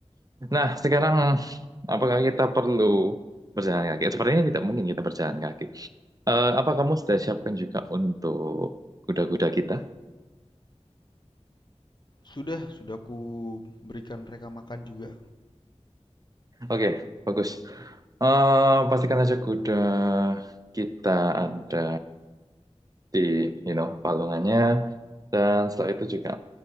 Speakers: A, on the right; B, on the left.
A: Nah, sekarang apakah kita perlu berjalan kaki? Sepertinya tidak mungkin kita berjalan kaki. Eh, apa kamu sudah siapkan juga untuk kuda-kuda kita?
B: Sudah, sudah ku berikan mereka makan juga.
A: Oke, bagus. Eh, pastikan saja kuda kita ada di, you know, palungannya. Dan setelah itu juga,